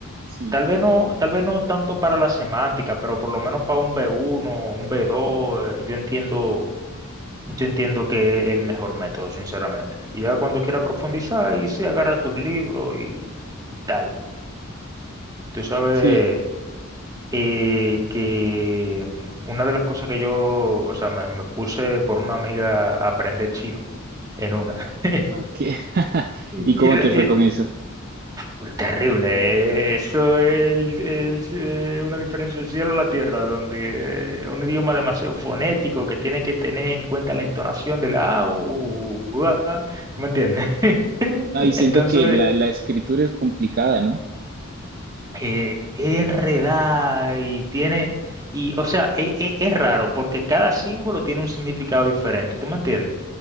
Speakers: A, on the right; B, on the right.
A: sí,
B: Tal vez no, tal vez no tanto para la semántica, pero por lo menos para un B1, un B2, eh, yo entiendo, yo entiendo que es el mejor método, sinceramente. Y ya cuando quiera profundizar, ahí se agarra tus libros y, y tal. Tú sabes
A: sí.
B: eh, que mm, una de las cosas que yo, o sea, me, me puse por una amiga a aprender chino en una. <laughs>
A: Ok. <laughs> ¿Y
B: Y,
A: cómo
B: re-
A: te fue con eso?
B: Uy, Terrible, eh. Eso es el- el- eh, una diferencia del cielo a la tierra, donde eh, un idioma demasiado fonético que tiene que tener en cuenta la entonación de la A, u, u, u, a, ¿tú me entiendes? <laughs>
A: No, y siento
B: Entonces,
A: que la, la escritura es complicada, ¿no?
B: eh, es enredada y tiene, y o sea, e- e- es, raro porque cada símbolo tiene un significado diferente, ¿tú me entiendes?